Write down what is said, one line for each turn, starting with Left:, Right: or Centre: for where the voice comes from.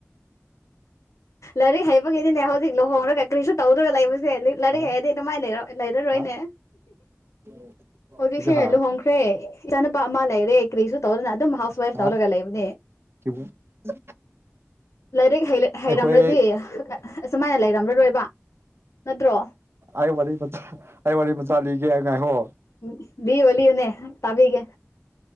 Left: ꯂꯥꯏꯔꯤꯛ ꯍꯩꯕꯒꯤꯅꯤꯅꯦ ꯍꯧꯖꯤꯛ ꯂꯨꯍꯣꯡꯔꯒ ꯀꯔꯤꯁꯨ ꯇꯧꯗ꯭ꯔꯥꯒ ꯂꯩꯕꯁꯦ ꯂꯤ ꯂꯥꯏꯔꯤꯛ
Right: ꯍꯥ
Left: ꯍꯩꯔꯗꯤ ꯁꯨꯃꯥꯏ ꯂꯩꯔ ꯂꯩꯔꯔꯣꯏꯅꯦ
Right: ꯍꯥ <inaudible>
Left: ꯍꯧꯖꯤꯛꯁꯦ
Right: ꯖꯍꯥ
Left: ꯂꯨꯍꯣꯡꯈ꯭ꯔꯦ ꯏꯆꯥꯅꯨꯄꯥ ꯑꯃ ꯂꯩꯔꯦ ꯀꯔꯤꯁꯨ ꯇꯧꯗꯅ ꯑꯗꯨꯝ ꯍꯥꯎꯁ ꯋꯥꯏꯐ
Right: ꯍꯥ
Left: ꯂꯧꯔꯒ ꯂꯩꯕꯅꯦ
Right: <inaudible>
Left: ꯂꯥꯏꯔꯤꯛ ꯍꯩ ꯍꯩꯔꯝꯔ
Right: ꯑꯩꯈꯣꯏ
Left: <unintelligible> ꯑꯁꯨꯃꯥꯏꯅ ꯂꯩꯔꯝꯂꯔꯣꯏꯕ ꯅꯠꯇ꯭ꯔꯣ
Right: ꯑꯩ ꯋꯥꯔꯤ ꯃꯆꯥ ꯑꯩ ꯋꯥꯔꯤ ꯃꯆꯥ ꯂꯤꯒꯦ ꯉꯥꯏꯈꯣ
Left: ꯎꯝ ꯂꯤꯌꯣ ꯂꯤꯌꯣꯅꯦ ꯇꯥꯕꯤꯒꯦ